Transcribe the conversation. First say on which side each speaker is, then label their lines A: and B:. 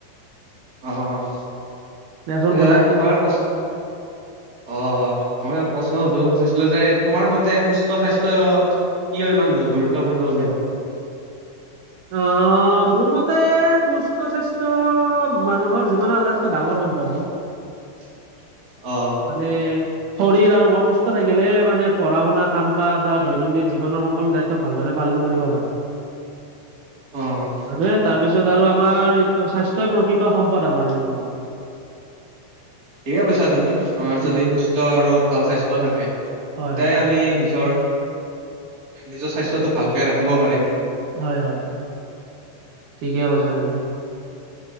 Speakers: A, on the right; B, on the right.
A: অ',
B: দিয়াচোন
A: এয়া
B: সোধা কি
A: কোৱাৰ পচ- অ', মই প্ৰশ্ন সুধিব খুজিছিলোঁ যে, তোমাৰ মতে সুস্থ স্বাস্থ্য - কিয় ইমান গুৰুত্বপূৰ্ণ বুলি ভাৱা?
B: অ'। অ', মোৰ মতে সুস্থ স্বাস্থ্য মানুহৰ জীৱনৰ আটাইতকৈ ডাঙৰ সম্পৰ্ক।
A: <unintelligible> অ
B: যোনে - শৰীৰ আৰু মন সুস্থ থাকিলে মানে, পঢ়া-শুনা, কাম-কাজ বা দৈনন্দিন জীৱনৰ স- সকলো দায়িত্ব ভালদৰে পালন কৰিব পাৰি।
A: অহ।
B: হয়নে। তাৰপিছত আৰু আমাৰ এইটো স্বাস্থ্যই প্ৰকৃত সম্পদ আমাৰ জীৱনৰ।
A: ঠিকে কৈছা তুমি। আমাৰ যদি
B: উম
A: সুস্থ আৰু ভাল স্বাস্থ্য থাকে। তেতিয়াহে
B: হয় হয়
A: আমি নিজৰ, নিজৰ স্বাস্থ্যটো ভালকে ৰাখিব পাৰিম।
B: হয় হয়, ঠিকে কৈছা তুমি।